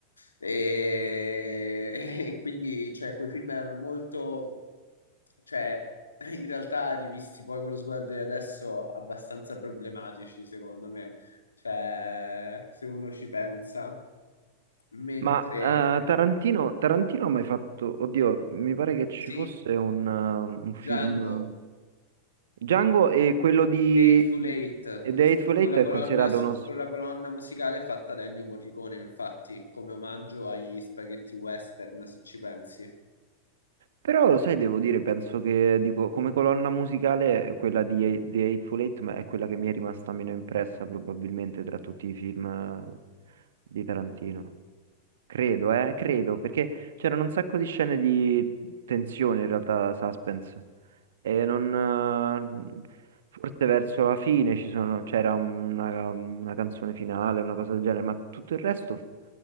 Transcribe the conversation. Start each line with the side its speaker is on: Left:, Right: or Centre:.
Left: e, <laughs> e quindi, cioè, quei film erano molto, cioè, in realtà rivisti poi con lo sguardo di adesso, abbastanza problematici, secondo me, cioè, se uno ci pensa. Mentre,
Right: Ma eh, Tarantino, Tarantino ha mai fatto, oddio, mi pare che ci
Left: sì,
Right: fosse un, eh, un
Left: Django.
Right: film Django e quello di
Left: Dateful Eight,
Right: e The Hateful
Left: con
Right: Eight
Left: la
Right: è
Left: colonna,
Right: considerato
Left: su-
Right: uno, s-
Left: con la colonna musicale fatta da Ennio Morricone, infatti, come omaggio agli spaghetti western, se ci pensi.
Right: però lo sai, devo dire, penso che dico, come colonna musicale quella di Hate- The Hateful Eight ma è quella che mi è rimasta meno impressa probabilmente tra tutti i film eh, di Tarantino. Credo, eh, credo, perché c'erano un sacco di scene di tensione in realtà, suspense. e non, eh, forse verso la fine ci sono- c'era una, una canzone finale, una cosa del genere, ma tutto il resto